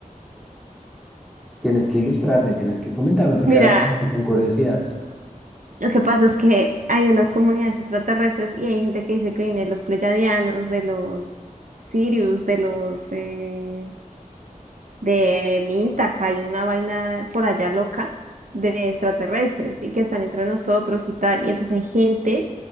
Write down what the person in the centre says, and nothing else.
Tienes que ilustrarme, tienes que comentarme, porque
ahora me dejaste con curiosidad.